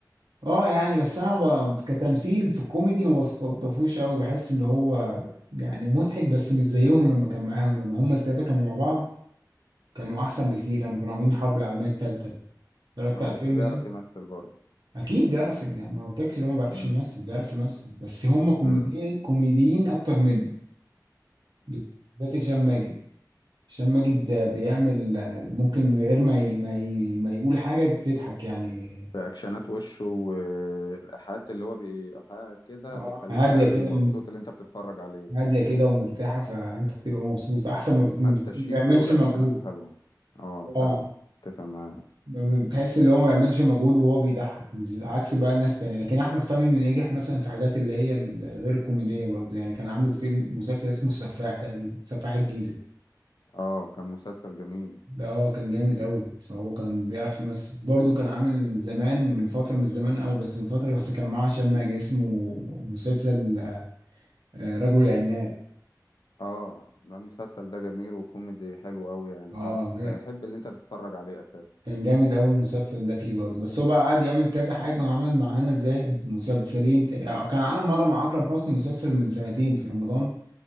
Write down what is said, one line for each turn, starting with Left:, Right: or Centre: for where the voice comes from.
Right: اه يعني بس انا ب... كتمثيل في الكوميدي ما بستلطفوش قوي بحس اللي هو يعني مضحك بس مش زيهم لما كان معاهم لما هم التلاته كانوا مع بعض كانوا احسن بكتير لما كانوا عاملين الحرب العالميه التالته اتفرجت
Left: اه
Right: على
Left: بس
Right: الفيلم
Left: بيعرف
Right: ده
Left: يمثل برضه
Right: اكيد بيعرف يعني ما قلتلكش اللي هو ما بيعرفش
Left: امم
Right: يمثل بيعرف يمثل بس هم كوميديين
Left: امم
Right: كوميديين اكتر منه بالذات هشام ماجد هشام ماجد ده بيعمل ممكن من غير ما ي... ما ي... ما يقول حاجه تضحك يعني
Left: في اكشنات وشه والايحاءات اللي هو بيحقق كده
Right: اه
Left: بيخليك
Right: هاديه
Left: فعلا
Right: كده
Left: مبسوط اللي انت بتتفرج عليه
Right: هاديه كده ومرتاحه فانت بتبقى مبسوط احسن ما بت-
Left: حتى
Right: ما
Left: شيكو
Right: بيعملش
Left: رياكشناته
Right: مجهود
Left: حلوه اه فعلا
Right: اه
Left: اتفق معاك
Right: ما بتحس اللي هو ما بيعملش مجهود وهو بيضحك مش- عكس بقى الناس تانية لكن احمد فهمي بينجح مثلا في حاجات اللي هي الغير كوميديه برضه يعني كان عامل فيلم مسلسل اسمه السفاح تقريبا سفاح الجيزه
Left: اه كان مسلسل جميل
Right: ده اه كان جامد قوي فهو كان بيعرف يمثل برضه كان عامل زمان من فتره مش زمان قوي بس من فتره بس كان معاه هشام ماجد اسمه مسلسل آه، رجل العناب
Left: اه ده المسلسل ده جميل وكوميدي حلو قوي يعني
Right: اه
Left: تعرف تحب اللي انت تتفرج عليه اساسا
Right: كان جامد أوي المسلسل ده فيه برضه بس هو بقى قعد يعمل كذا حاجة وعمل مع هنا الزاهد مسلسلين تق- كان عامل مرة مع أكرم حسني مسلسل من سنتين في رمضان